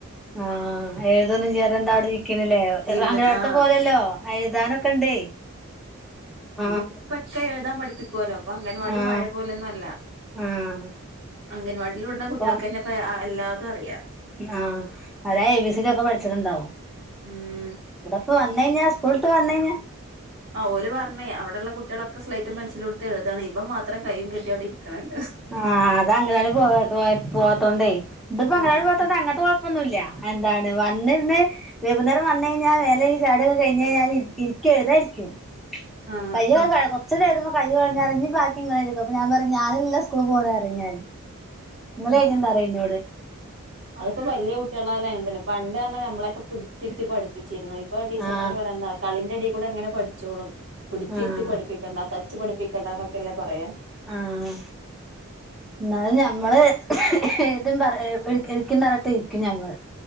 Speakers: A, in the centre; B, on the right (about 80°).
A: ആഹ് എഴുതൊന്നും ചെയ്യാതെന്താ അവിടെ നിക്കനിലേ. എ
B: ഇരുന്നിട്ട്
A: അങ്കനവാടിത്തെ
B: ആ
A: പോലല്ലോ അഴുതാനൊക്കെണ്ടെ ആഹ്.
B: ക്കെ എഴുതാ പഠിപ്പിക്കോല്ലോ പ്പ അംഗൻവാടി
A: ആഹ്
B: പഴയ പോലൊന്നു അല്ല.
A: ആഹ്
B: അംഗൻവാടിയിൽ വിട്ണ
A: അപ്പം
B: കുട്ട്യൾക്കന്നെപ്പ അ എല്ലാതും അറിയ.
A: ആഹ് അടാ എ ബി സി ഡി ഒക്കെ പഠ്ച്ച്ണ് ണ്ടാവും.
B: ഉം
A: ഇവിടപ്പ വന്നയ്ഞ്ഞാ സ്കൂൾട്ട് വന്നയ്ഞ്ഞാ.
B: ആഹ് ഓല് പർഞ്ഞേ അവിടെള്ള കുട്ട്യളൊക്കെ സ്ലൈറ്റും പെൻസിലുട്ത്ത് എഴുതാണ് ഇബം മാത്രം കൈയും കട്ടിയവിടെ ഇരിക്കണ് ണ്ട്
A: ആഹ് അതങ്കലാടി പോ പോ പോവാത്തോണ്ടേ ത്പ്പങ്ങലാടി
B: ആ
A: പോത്തൊണ്ട് അങ്ങൻത്തെ കൊ പ്പൊന്നുല്ല എന്താണ് വന്നിട്നെ വേകുന്നേരം വന്നയ്ഞ്ഞാ വേലയ്കി ചായൊടൊക്കെ കയ്ഞ്ഞയ്ഞ്ഞ ഞാ ഇര് ഇരിക്ക എഴുതായിരിക്കും.
B: ആ
A: കയ്യോ കഴ കൊർച്ച്ത് എഴുതുമ്പ കയ്യ് കൊഴഞ്ഞറിം ഞ് ബാ ക്കി ങ്ങളെയ്തിക്കൊ അപ്പൊ ഞാപറിം ഞാനല്ല സ്കൂള് പോണറിം ഞാന് ങ്ങളെയ്ത്യൊണ്ടറി ന്നോട്.
B: അത്പ്പ വല്ല്യ കുട്ട്യളായലു അങ്ങൻതന്നെ പണ്ട് അർഞ്ഞാ ഞമ്മളെക്കെ പിട്ച്ചിര്ത്തി പഠ്പ്പിച്ചീര്ന്നു പ്പൊ ടീച്ചർമാര്
A: ആഹ്
B: പറയണ്ത കളിന്റെടി കൂടെങ്ങനെ പഠിച്ചോളും പിടിച്ചിരുത്തി
A: ആഹ്
B: പഠിപ്പിക്കണ്ടാത്ത ച്ച് പഠിപ്പിക്കണ്ട ന്നൊക്കെല്ലേ പറയാ.
A: ആഹ്. ന്നാലു ഞമ്മള് ഏതും പറ ഏ എട് എടുക്കിംന്നർഞ്ട്ട് ഇരിക്കും ഞമ്മള്.